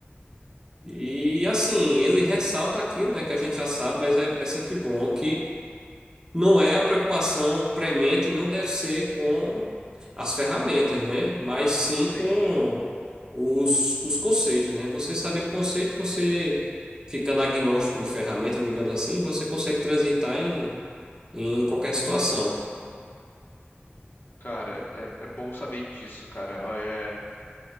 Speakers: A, on the right (about 20°); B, on the left (about 60°).
A: E, assim, ele ressalta aquilo, né, que a gente já sabe, mas é, é sempre bom Não é a preocupação premente, não deve ser com as ferramentas, né? Mas sim
B: Sim.
A: com os, os conceitos, né? Você sabendo o conceito, você ficando agnóstico de ferramenta, digamos assim, você consegue transitar em, em qualquer situação.
B: Cara, é, é bom saber disso, cara. Ó, é-